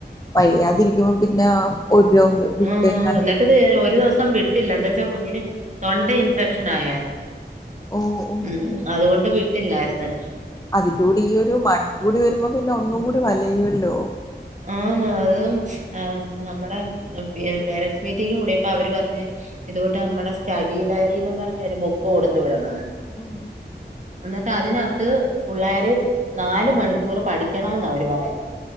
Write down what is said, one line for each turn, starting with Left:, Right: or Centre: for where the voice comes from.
Left: വയ്യാതിരിക്കുമ്പോ പിന്നെ ഓരോന്ന് വിട്ട്
Right: ആ
Left: ഞാൻ
Right: എന്നട്ടത് ഒരു ദിവസം വിട്ടു വിട്ടില്ല എന്താ വച്ചാ കുഞ്ഞിന് തൊണ്ട ഇൻഫെക്ഷൻ അങ്ങനെയായിരുന്നു
Left: ഓ ഓ
Right: ഉം
Left: ഓ
Right: അതുകൊണ്ട് പോയിട്ടില്ലായിരുന്നു
Left: അതിന്റെ കൂടി ഈ ഒരു മഴ കൂടി വരുമ്പോ പിന്നെ ഒന്നും കൂടി വലയുമല്ലോ
Right: ആ അതും നമ്മുടെ പേരൻറ്സ് മീറ്റിംഗ കൂടിയപ്പോ അവര് പറഞ്ഞഞ് ഇതുകൂട്ട് നമ്മുടെ സ്റ്റഡി ഡയറിന് പറഞ്ഞൊരു ബുക്ക് ബോഡ് വിടണന്
Left: ഉം
Right: എന്നിട്ട് അതിനത്തു ഇത് പിള്ളാര് നാല മണിക്കൂർ പഠിക്കണമെന്ന് അവര് പറയുന്നു